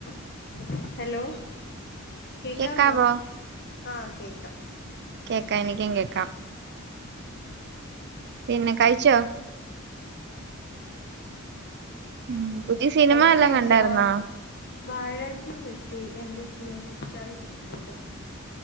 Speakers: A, on the left; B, on the right.
A: <inaudible> Hello കേക്കാമോ
B: കേക്കാവോ
A: ആ കേക്കാം
B: കേക്കാ എനിക്കും കേക്കാം
A: <unintelligible> <inaudible>
B: പിന്നെ കഴിച്ചോ ഉം പുതിയ സിനിമ
A: എവിടെ
B: എല്ലാം
A: കഴിച്ചാ
B: കണ്ടായിരുന്നോ
A: വാ <inaudible> ഴച്ചു കിട്ട ട്ടി എൻറെ ജിയ ഉച്ചറ കിടപ്പുണ്ട്